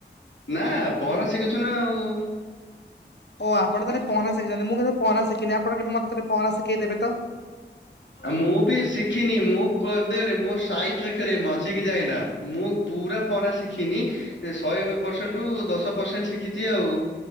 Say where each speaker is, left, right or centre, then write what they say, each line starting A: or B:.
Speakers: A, on the left (about 80°); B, on the left (about 65°).
A: ନା ପହଁରା ଶିଖିଛୁ ନା ଆଉ
B: ଓ ଆପଣ ତାହେନେ ଶିଖିଛନ୍ତି ମୁଁ କିନ୍ତୁ ପହଁରା ଶିଖିନି ଆପଣ କେବେ ମତେ ପହଁରା ଶିଖେଇ ଦେବେ
A: ମୁଁ ବି ଶିଖିନି ମୁଁ କରିଦେଲେ ମୋ ସାଇ। ଠ ରେ ଖେଳେ ମଝିକି ଯାଏନା ମୁଁ ପୁରା ପହଁରା ଶିଖିନି ଶହେ ପରସେଣ୍ଟ ରୁ ଦଶ ପରସେଣ୍ଟ ଶିଖିଛି ଆଉ